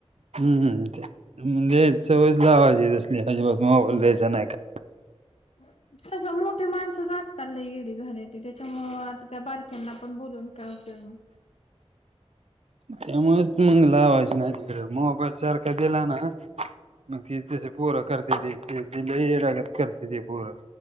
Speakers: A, on the right (about 70°); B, on the left (about 70°).
A: हं. ते म्हणजे सवयच लावायची तसली अजिबात मोबाईल द्यायचा नाय काय.
B: <inaudible> कसं मोठीे माणसंच आजकाल लई येडी झाल्याती. त्याच्यामुळं आता त्या बारक्यांना पण बोलून काय उपयोग नाय.
A: त्यामुळच मंग लावायची नाय तिकडं. मोबाईल सारखा दिला ना मग ती तसं पोरं करत्याती. ते ते लई येड्यागत करत्या ती पोरं.